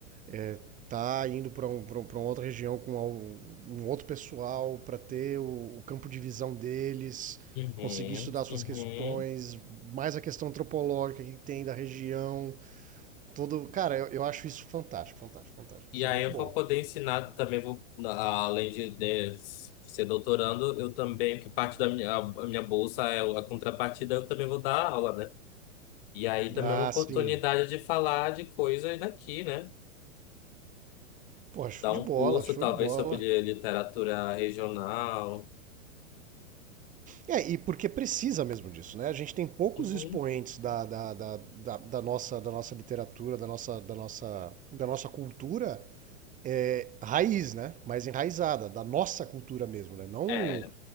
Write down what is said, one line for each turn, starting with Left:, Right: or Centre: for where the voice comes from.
Right: é, tá indo para um, pra um- pra uma outra região com al- um outro pessoal para ter o, o campo de visão deles,
Left: Uhum,
Right: conseguir estudar suas
Left: uhum.
Right: questões, mais a questão antropológica que tem da região. Todo, cara, eu, eu acho isso fantástico, fantástico, fantástico.
Left: E
Right: Isso
Left: aí
Right: é muito
Left: eu
Right: bom.
Left: vou poder ensinar também, vou, na- além de, né, ser doutorando, eu também, que parte da minha, a minha bolsa é a contrapartida, eu também vou dar aula, né? E aí também
Right: Ah,
Left: é uma oportunidade
Right: sim.
Left: de falar de coisas daqui, né?
Right: Pô, show
Left: Dar
Right: de
Left: um
Right: bola,
Left: curso,
Right: show
Left: talvez,
Right: de bola.
Left: sobre literatura regional.
Right: É, e porque precisa mesmo disso, né? A gente tem poucos
Left: Uhum.
Right: expoentes da, da, da, da, da nossa, da nossa literatura, da nossa, da nossa, da nossa cultura é, raiz, né? Mais enraizada, da nossa cultura mesmo, né? Não
Left: É,